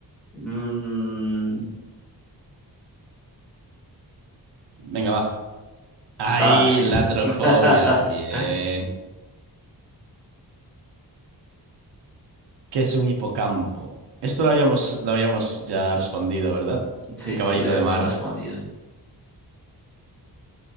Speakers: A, in the centre; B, on the right (about 75°).
A: Mm,
B: Venga, va. Ahí,
A: ah, sí.
B: la trofobia.
A: <laughs>
B: Bien. ¿Qué es un hipocampo? Esto lo habíamos, lo habíamos ya respondido, ¿verdad?
A: Sí,
B: Un caballito
A: sí, lo habíamos
B: de mar.
A: respondido.